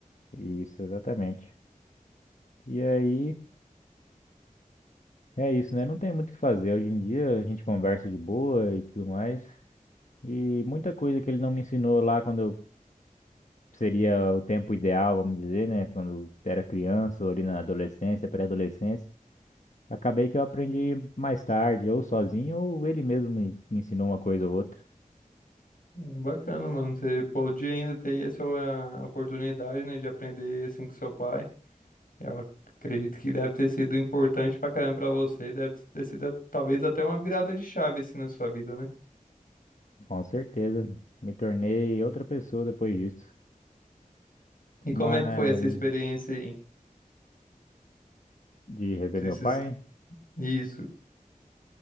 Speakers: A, on the left; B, on the left.
A: Isso, exatamente. E aí, é isso, né? Não tem muito o que fazer. Hoje em dia a gente conversa de boa e tudo mais. E muita coisa que ele não me ensinou lá quando eu seria o tempo ideal, vamos dizer, né? Quando era criança ou ali na adolescência, pré-adolescência. Acabei que eu aprendi mais tarde, ou sozinho, ou ele mesmo me, me ensinou uma coisa ou outra.
B: Bacana, mano. Você pode ainda ter essa ah, oportunidade, né, de aprender assim com seu pai. Eu acredito que deve ter sido importante pra caramba pra você. Deve ter sido talvez até uma virada de chave assim na sua vida, né?
A: Com certeza. Me tornei outra pessoa depois disso.
B: E
A: Mas
B: como é que foi essa experiência aí?
A: de rever
B: Esses...
A: meu pai.
B: Isso.